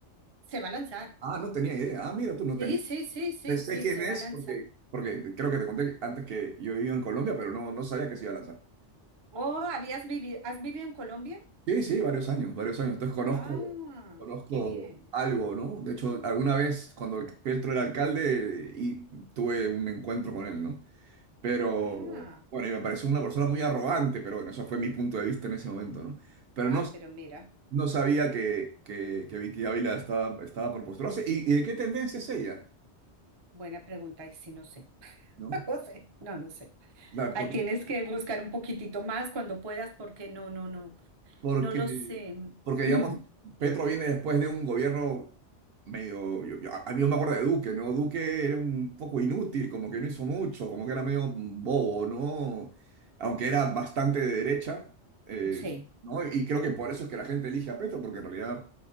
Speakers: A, on the right (about 35°); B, on the right (about 65°).
A: se va a lanzar.
B: Ah, no tenía idea. Ah, mira, tú no tenías.
A: Sí, sí, sí, sí,
B: Sé, sé
A: sí,
B: quién
A: se
B: es
A: va a lanzar.
B: porque, porque creo que te conté antes que yo vivía en Colombia, pero no, no sabía que se iba a lanzar.
A: Oh, ¿habías vivido, has vivido en Colombia?
B: Sí, sí, varios años, varios años. Entonces conozco,
A: Ah,
B: conozco
A: qué bien.
B: algo, ¿no? De hecho, alguna vez cuando el- Petro era alcalde y tuve un encuentro con él, ¿no? Pero
A: Ah,
B: bueno, y me pareció una persona muy arrogante, pero bueno, eso fue mi punto de vista en ese momento, ¿no? Pero
A: ah,
B: no,
A: pero mira,
B: no sabía que, que, que Vicky Ávila estaba, estaba por postularse. ¿Y, y de qué tendencia es ella?
A: buena pregunta, y si no sé. <laughs>
B: ¿No?
A: No sé, no, no sé.
B: Da-
A: Ah,
B: Porque,
A: tienes que buscar un poquitito más cuando puedas, porque no, no, no,
B: Porque,
A: no lo sé.
B: porque
A: <clears throat>
B: digamos, Petro viene después de un gobierno medio, yo- yo- a mí yo me acuerdo de Duque, ¿no? Duque era un poco inútil, como que no hizo mucho, como que era medio bobo, ¿no? Aunque era bastante de derecha, eh,
A: Sí,
B: ¿no? Y creo que por eso es que la gente elige a Petro, porque en realidad